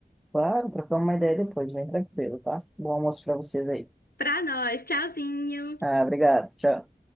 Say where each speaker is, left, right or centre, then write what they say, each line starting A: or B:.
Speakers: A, in the centre; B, on the left.
A: Claro, trocamos uma ideia depois, bem tranquilo, tá? Bom almoço para vocês aí.
B: Pra nós, tchauzinho!
A: Ah, obrigado, tchau.